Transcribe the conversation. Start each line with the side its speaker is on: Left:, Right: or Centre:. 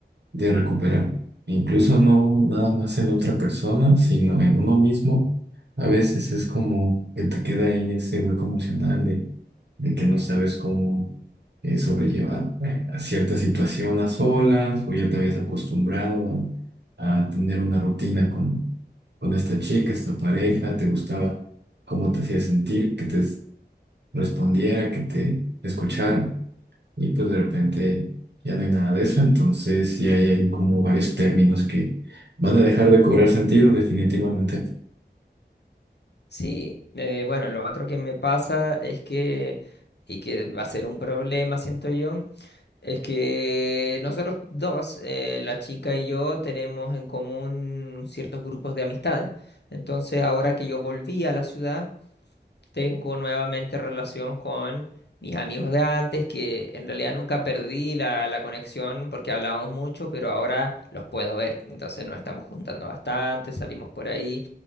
Right: de recuperar. Incluso no nada más en la otra persona, sino en uno mismo. A veces es como que te queda ahí ese hueco emocional de, de que no sabes cómo eh, sobrellevar eh, a cierta situación a solas o ya te habías acostumbrado a, a tener una rutina con, con esta chica, esta pareja, te gustaba cómo te hacía sentir, que te respondiera, que te escuchara y pues de repente ya no hay nada de eso, entonces sí hay, hay como varios términos que van a dejar de cobrar sentido definitivamente.
Left: Sí, eh, bueno, lo otro que me pasa es que, y que va a ser un problema, siento yo, es que nosotros dos, eh, la chica y yo, tenemos en común ciertos grupos de amistades. Entonces, ahora que yo volví a la ciudad, tengo nuevamente relación con mis amigos de antes, que en realidad nunca perdí la, la conexión porque hablábamos mucho, pero ahora los puedo ver. Entonces nos estamos juntando bastante, salimos por ahí